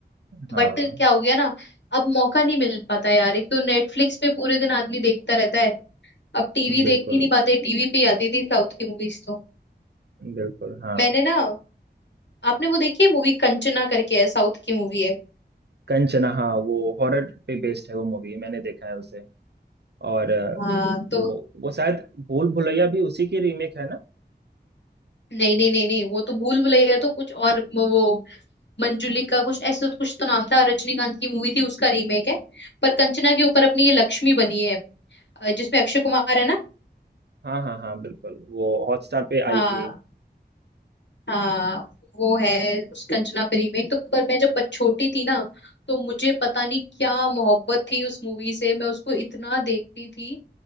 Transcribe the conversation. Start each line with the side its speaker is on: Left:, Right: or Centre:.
Right: हाँ
Left: बट क्या हो गया ना अब मौका नहीं मिल पाता यार एक तो नेटफ्लिक्स पे पूरे दिन आदमी देखता रहता है अब टीवी
Right: बिल्कुल
Left: देख ही नहीं पाते टीवी पे ही आती थी साउथ की मूवीज तो
Right: बिल्कुल हाँ
Left: मैंने ना आपने वो देखी है मूवी कंचना करके है साउथ की मूवी है
Right: कंचना हाँ वो हॉरर पे बेस्ड है वो मूवी मैंने देखा है उसे और अ,
Left: हाँ तो
Right: वो वो शायद भूल भुलैया भी उसी की रीमेक है ना
Left: नहीं नहीं नहीं नहीं वो तो भूल भुलैया तो कुछ और म- वो मंजुलिका कुछ ऐसा कुछ तो नाम था रजनीकांत की मूवी थी उसका रीमेक है पर कंचना के ऊपर अपनी ये लक्ष्मी बनी है अ, जिसमें अक्षय कुमार है ना
Right: हाँ हाँ हाँ बिल्कुल वो हॉटस्टार पे
Left: हाँ
Right: आई थी
Left: हाँ वो है उस कंचना पे रीमेक तो पर मैं जब बच- छोटी थी ना तो मुझे पता नहीं क्या मोहब्बत थी उस मूवी से मैं उसको इतना देखती थी